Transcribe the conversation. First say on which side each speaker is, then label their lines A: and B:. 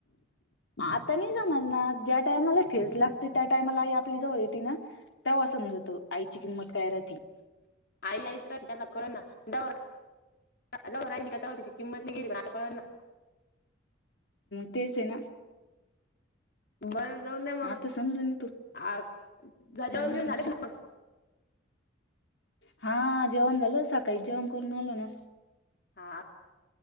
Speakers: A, on the left (about 70°); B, on the left (about 50°).
A: आता नाही समज ना ज्या टायमाला ठेच लागते त्या टायमाला आई आपली जवळ येत ना तेव्हा असंमजत आईची किंमत काय राह
B: आई आयत रा ककळ ना द जाऊ राहिली का त्या तिची किंमत नाही गेली मला कळ ना
A: तेच ना
B: बरं जाऊन द्या मग
A: आता समजून येतो
B: घजावरून
A: हा
B: घेऊन झाले
A: चा
B: का मग
A: हा जेवण झालं सकाळीच जेवण करून आलो ना
B: हा